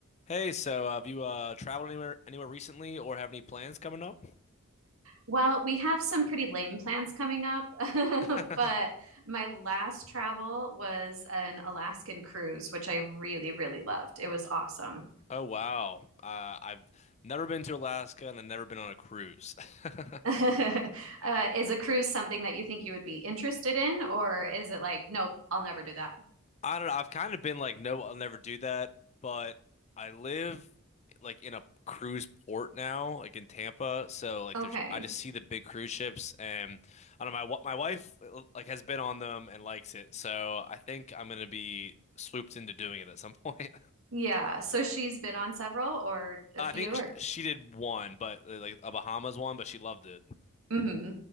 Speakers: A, on the left; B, on the right.
A: Hey, so uh, have you uh, traveled anywhere anywhere recently, or have any plans coming up?
B: Well, we have some pretty lame plans coming up, <laughs>
A: <laughs>
B: but my last travel was an Alaskan cruise, which I really, really loved. It was awesome.
A: Oh wow, uh, I've never been to Alaska and I've never been on a cruise. <laughs>
B: <laughs> Uh, is a cruise something that you think you would be interested in, or is it like, nope, I'll never do that?
A: I don't know. I've kind of been like, no, I'll never do that. But I live like in a cruise port now, like in Tampa. So like,
B: Okay.
A: there's I just see the big cruise ships, and I don't know. My wa- my wife like has been on them and likes it. So I think I'm gonna be swooped into doing it at some <laughs> point.
B: Yeah. So she's been on several or a
A: I
B: few
A: think
B: or
A: sh- she did one, but uh, like a Bahamas one, but she loved it.
B: hmm